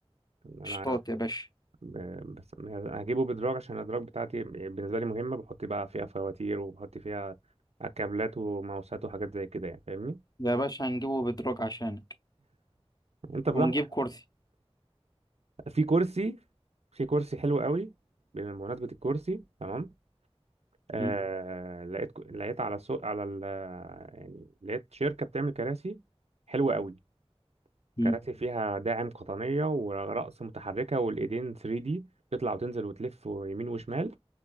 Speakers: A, on the right; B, on the left.
A: انا
B: شطاط يا باشا
A: ب- بس هجيبه بدراج عشان الادراج بتاعتي بالنسبة لي مهمة بحط بقى فيها فواتير وبحط فيها كابلات وماوسات وحاجات زي كده يعني فاهمني
B: يا باشا هنجيبه بادراك عشانك
A: انت براحتك
B: ونجيب كرسي
A: في كرسي في كرسي حلو قوي بمناسبة الكرسي تمام مم. آه
B: م-
A: لقيت لقيت على سوق على ال يعني لقيت شركة بتعمل كراسي حلوة قوي
B: م-
A: كراسي فيها داعم قطنية ورأس متحركة والإيدين 3D تطلع وتنزل وتلف يمين وشمال